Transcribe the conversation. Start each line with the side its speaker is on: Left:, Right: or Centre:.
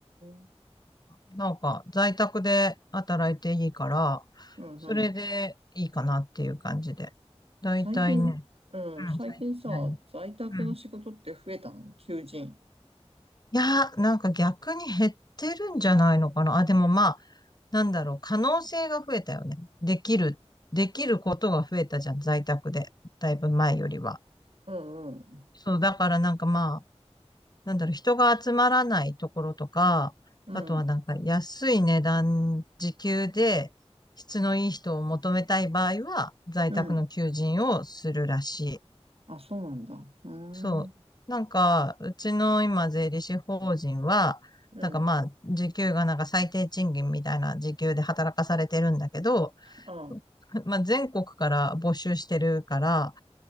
Right: ん。
Left: うん。なんか在宅で働いていいから、
Right: うんうん。
Left: それでいいかなっていう感じで。だいたいね、
Right: 最近、うん。
Left: うん、
Right: 最近さ、
Left: 最近何
Right: 在宅の仕事って増えたの求人。
Left: うん。いや、なんか逆に減ってるんじゃないのかな。あ、でもまあ、なんだろう、可能性が増えたよね。できる、できることが増えたじゃん、在宅で。だいぶ前よりは。
Right: うんうん。
Left: そう、だからなんかまあ、なんだろう、人が集まらないところとか、
Right: うん。
Left: あとはなんか安い値段、時給で質のいい人を求めたい場合は、在宅の求人をするらしい。
Right: うん。あ、そうなんだ。うーん。
Left: そう。なんか、うちの今、税理士法人は、
Right: うん。
Left: なんかまあ、時給がなんか最低賃金みたいな時給で働かされてるんだけど、
Right: あ、
Left: まあ、全国から募集してるから、